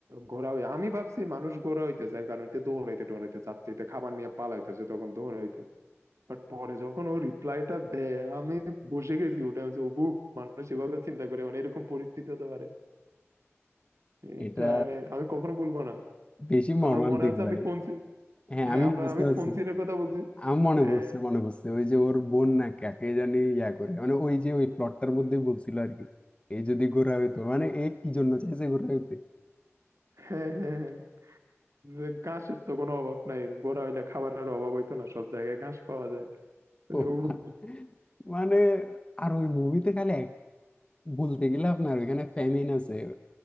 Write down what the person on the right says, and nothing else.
ঘোড়া হই আমি ভাবছি মানুষ ঘোড়া হইতে চায় কারণ এতে দৌড়াইতে টোড়াইতে চাচ্ছে এতে খাবার নিয়ে পালাইতো যে তখন দৌড়াইতো বাট পরে যখন ও রিপ্লাইটা দেয় আমি বসে গেছি ওটা হচ্ছে বুক মানুষ এভাবে চিন্তা করে মানে এরকম পরিস্থিতি হতে পারে এটা
মানে আমি কখনো ভুলবো না
আপনার মনে আছে
আমি কোন সি-
হ্যাঁ
আপনার
আমি
কোন সিনের কথা বলছি
হ্যাঁ
হ্যাঁ হ্যাঁ হ্যাঁ যে ঘাসের তো কোনো অভাব নাই গোড়া হইলে খাবারের অভাব হইতো না সব জায়গায় ঘাস পাওয়া যায়
যে ও-